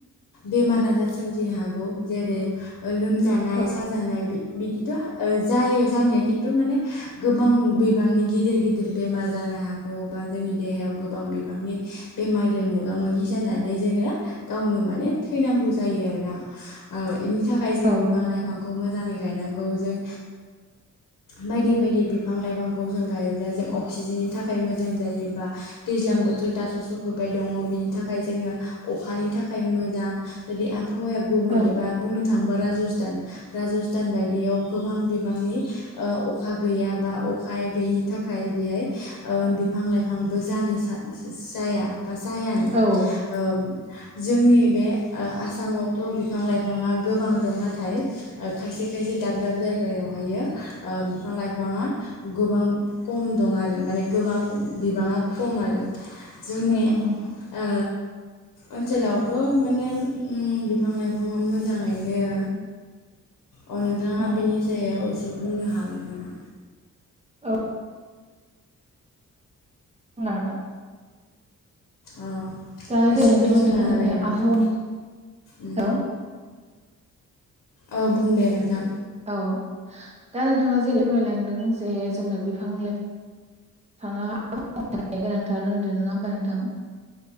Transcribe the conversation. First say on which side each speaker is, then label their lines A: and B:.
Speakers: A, on the left (about 80°); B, on the right (about 20°).
A: बेमार आजार सोमजिनो हागौ जेरै ओ लोमजानाय
B: औ
A: साजानाय बि बिदिथ' जायो जानाया खिन्थु माने गोबां बिबांनि गिदिर गिदिर बेमार जानो हागौ बा जोंनि देहायाव गोबां बिबांनि बेमारजों मोगा मोगि जानानै जोङो गावनो माने थैनांगौ जायो आरोना। औ इनि थाखाय जोङो
B: औ
A: बिफां
B: नंगौ नोंथां
A: लाइफांखौ मोजाङै गायनांगौ जों बायदि बायदि बिफां लाइफांखौ जों गायोब्ला जों अक्सिजेननि थाखाय मोजां जायोबा दैज्लां बोथोर दाथ' सौफैबाय दङ बिनि थाखाय जोङो अखानिथाखाय मोजां बिदि आबहावाया गुबुनले
B: औ
A: बा थाङोबा राजस्थान राजस्थान बायदियाव गोबां बिबांनि ओ अखा गैया बा अखा गैयिनि थाखाय बेहाय ओ बिफां लाइफांबो जानो सनस जाया बा जायानो
B: औ
A: ओ जोंनि बे ओ आसामावथ' बिफां लाइफाङा गोबां दं नाथाय ओ खायसे खायसे दाब दाब जायगायावहायो ओ बिफां लाइफाङा गोबां खम दं आरो माने गोबां बिबाङा खम आरो जोंनि
B: नंगौ नोंथां
A: ओ ओनसोलावथ' माने उम बिफां लाइफाङा मोजाङैनो अ नोंथाङा
B: औ
A: बिनि सायाव एसे बुंनो हागोन नामा?
B: औ <unintelligible>
A: औ
B: दा
A: एसे
B: जेरै नोंथाङा
A: बेखेवना
B: दा
A: होलाय
B: जोंनो
A: नोंथां
B: आबहावानि
A: उम
B: हो
A: औ बुं दे नोंथां
B: औ दा नोंथाङा जेरै फोरमायलांदों जे जोंनो बिफां लाइफां <unintelligible>